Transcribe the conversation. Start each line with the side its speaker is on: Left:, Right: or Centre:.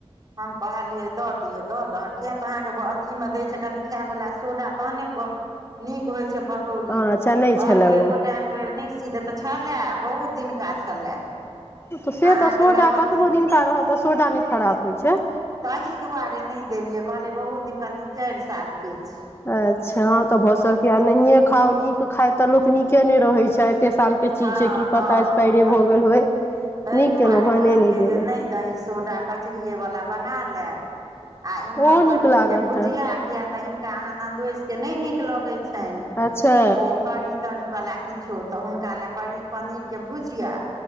Right: हम कहलियै दऽ दिये दऽ त किया तऽ अहाँ के अथी में देय छै कनी खाय वला सोडा तहने नीक होय छै कौड़ी
Left: हँ अच्छा नहि
Right: कहलियै
Left: छलए ओ
Right: गोटा एक बेर नहि सी देे तऽ छलए बहुत दिनका छलए
Left: तऽ से
Right: अहाँके
Left: तऽ सोडा
Right: लगवती
Left: कतबो दिनका रहत तऽ सोडा नहि खराब होइत छै
Right: तहि दुआरे नहि देलियै कहलियै बहुत दिनके तीन चारि सालके छै
Left: अच्छा हँ तऽ भऽ सकै नहिए खाउ नीक खाय तऽ लोक नीके नहि रहैत छै एते साल के चीज
Right: हँ
Left: छै की
Right: हँ
Left: पता स्पाायरे
Right: तऽ
Left: भ गेल होय
Right: ताहि
Left: नीक
Right: दुआरे
Left: केेलहु भने
Right: कहलियै
Left: नहि देेलहुँ
Right: जे दही सोडा कचरीय बला बना लय आ इम्हर
Left: ओहो
Right: पनीर
Left: नीक लागल
Right: के भुजिया
Left: तऽ
Right: किया तऽ हिनका अहाँ नन्दोस के नहि नीक लगे छै छैन
Left: अच्छा
Right: ओ करी ती वला किछो तऽ हुनक हुनकाले पनीर के भुजिया